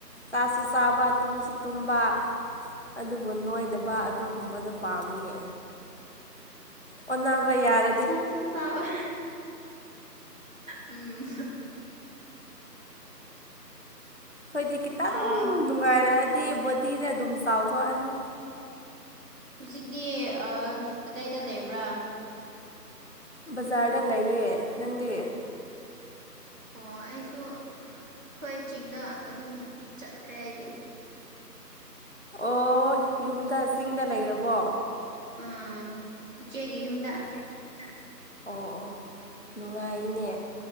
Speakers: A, on the left; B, on the right.
A: ꯆꯥꯁꯨ ꯆꯥꯕ ꯇꯨꯝꯁꯨ ꯇꯨꯝꯕ ꯑꯗꯨꯕꯨ ꯅꯣꯏꯗꯕ ꯑꯗꯨꯒꯨꯝꯕꯗꯣ ꯄꯥꯝꯃꯤꯅꯦ ꯑꯣꯟꯅꯕ ꯌꯥꯔ
B: ꯆꯥꯁꯨ ꯆꯥꯕ ꯎꯝ
A: ꯈ‌ꯣꯏꯗꯤ ꯈꯤꯠ
B: ꯑꯥ
A: ꯅꯨꯡꯉꯥꯏꯔꯑꯗꯤ ꯕꯣꯗꯤꯗ ꯑꯗꯨꯝ ꯆꯥꯎꯊꯣꯛꯑꯅꯤ
B: ꯍꯨꯖꯤꯛꯗꯤ ꯑꯥ ꯀꯗꯥꯏꯗ ꯂꯩꯕ꯭ꯔꯥ
A: ꯕꯖꯥꯔꯗ ꯂꯩꯌꯦ ꯅꯪꯗꯤ
B: ꯑꯣ ꯑꯩꯁꯨ ꯑꯩꯈꯣꯏ ꯆꯤꯡꯗ ꯑꯗꯨꯝ ꯆꯠꯈ꯭ꯔꯦ ꯑꯩꯗꯤ
A: ꯑꯣ ꯌꯨꯝꯗ ꯆꯤꯡꯗ ꯂꯩꯔꯕꯣ
B: ꯑꯥꯡ ꯏꯆꯦꯒꯤ ꯌꯨꯝꯗꯥ
A: ꯆ‌ꯦꯒꯤ ꯌꯨꯝꯗꯥ ꯑꯣ ꯑꯣ ꯅꯨꯡꯉꯥꯏꯅꯦ